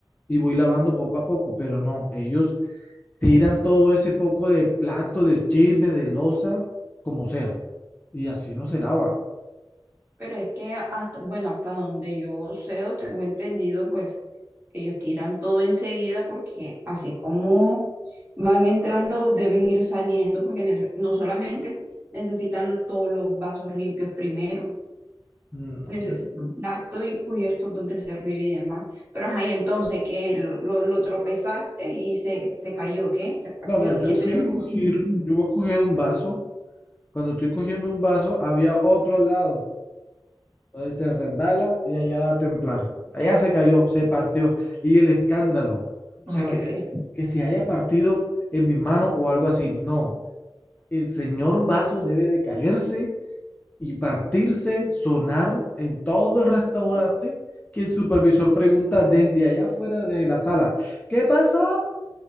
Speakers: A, on the left; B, on the right.
A: y voy lavando poco a poco, pero no, ellos tiran todo ese poco de plato, de chisme, de loza, como sea, y así no se lava.
B: Pero es que hasta, bueno, hasta donde yo sé o tengo entendido, pues ellos tiran todo enseguida porque así como van entrando, deben ir saliendo porque nece- no solamente necesitan todos los vasos limpios primero,
A: No,
B: necesitan platos y cubiertos donde servir y demás. Pero ajá, y entonces que lo, lo- lo tropezaste y se, se cayó, ¿qué? Se partió.
A: no, no, yo
B: ¿Qué te
A: fui
B: dijo?
A: a
B: <laughs>
A: coger, yo voy a coger un vaso. Cuando estoy cogiendo un vaso, había otro al lado. Entonces se resbala y allá va a templar. Allá se cayó, se partió. Y el escándalo,
B: Ole.
A: o sea, que se, que se haya partido en mi mano o algo así. No, el señor vaso debe de caerse y partirse, sonar en todo el restaurante, que el supervisor pregunta desde allá afuera de la sala, ¿qué pasó?